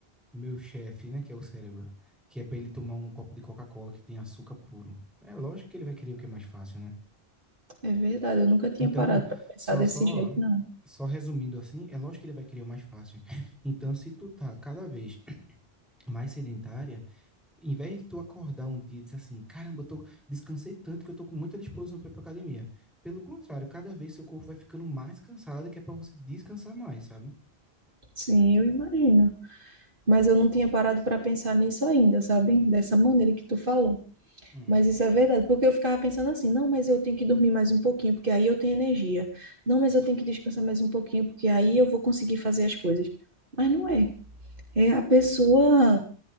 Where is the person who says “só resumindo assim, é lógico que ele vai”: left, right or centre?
Centre